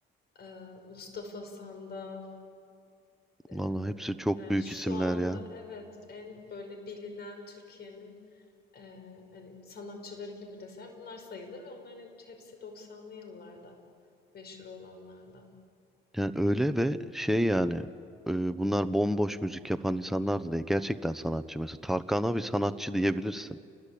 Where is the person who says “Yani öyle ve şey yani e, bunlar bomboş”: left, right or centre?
Centre